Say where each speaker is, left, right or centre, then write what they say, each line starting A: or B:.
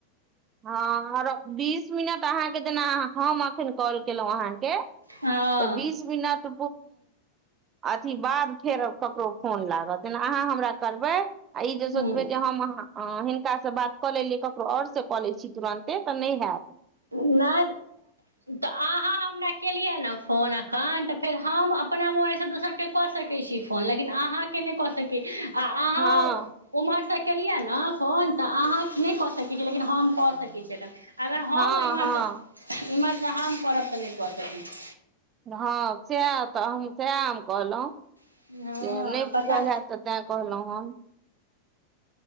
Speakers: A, on the right (about 25°); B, on the right (about 85°).
A: हँ आरो बीस मिनट अहाँके जेना हम कॉल केलहुॅँ अहाँके तऽ
B: हँ
A: बीस मिनट अथी बाद फेर ककरो फोन लागत जना अहाँ हमरा करबै आ ई जे
B: नहि
A: सोचबे जे हम अ हिनका से बात कऽ लेलियै ककरो आओर से क लैछी तुरन्ते तऽ नहि हेयत
B: नहि तऽ अहाँ हम न केलियै न फोन त फेर हम अपना मोबाइल से दोसर कऽ कऽ सकै छी फोन लेकिन अहाँ के नहि कऽ सकी आ अहाँ
A: हँ
B: उम्हरसँ केलियै न फोन तऽ अहाँ नहि कऽ सकै छीयै लेकिन हम कऽ सकैत छियैन हम
A: हँ
B: एम्हरसँ
A: हँ
B: एम्हरसँ हम करब तऽ नहि कऽ सकै छी
A: हँ सह तऽ हम सएह हम कहलहुँ
B: छी हँ
A: जे नहि
B: पता
A: बुझल हैत तऽ तैँ कहलौ हन